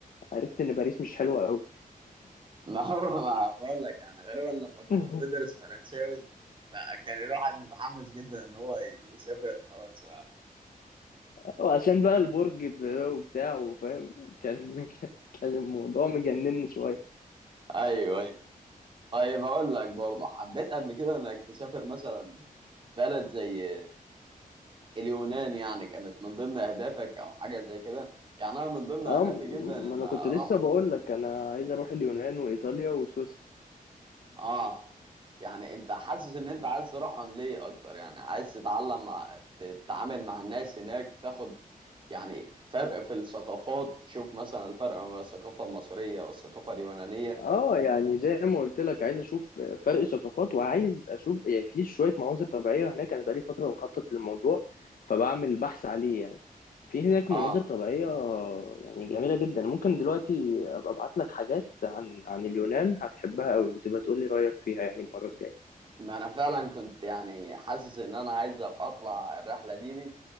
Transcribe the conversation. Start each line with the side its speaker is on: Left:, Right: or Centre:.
Left: عرفت ان باريس مش حلوه قوي
Right: ما هو <laughs> ما بقول لك يعني غالبا لما كنا
Left: <laughs>
Right: بندرس فرنساوي فكان الواحد متحمس جدا إن هو يسافر فرنسا يعني
Left: وعشان بقى البرج ب- وبتاع وفاهم كان <laughs> كان كان الموضوع مجنن شويه
Right: أيوه أيوه طيب أقول لك برضه حبيت قبل كده إنك تسافر مثلا بلد زي اليونان يعني كانت من ضمن أهدافك أو حاجة زي كده يعني أنا من ضمن أهدافي
Left: اه
Right: جدا
Left: ما
Right: إن
Left: انا
Right: أروح
Left: كنت لسه بقول لك انا عايز اروح اليونان وايطاليا وسويسرا
Right: اه يعني انت حاسس ان انت عايز تروحهم ليه اكتر يعني عايز تتعلم مع تتعامل مع الناس هناك تاخد يعني فرق في الثقافات تشوف مثلا الفرق ما بين الثقافة المصرية والثقافة اليونانية
Left: اه يعني زي ما قلت لك عايز اشوف فرق ثقافات وعايز اشوف يعني في شويه مناظر طبيعيه هناك انا بقالي فتره بخطط للموضوع فبعمل بحث عليه يعني في هناك
Right: اه
Left: مناظر طبيعيه يعني جميله جدا ممكن دلوقتي ابقى ابعت لك حاجات عن عن اليونان هتحبها قوي وتبقى تقول لي رايك فيها يعني المره الجايه
Right: ما انا فعلا كنت يعني حاسس ان انا عايز أبقى اطلع الرحلة دي دي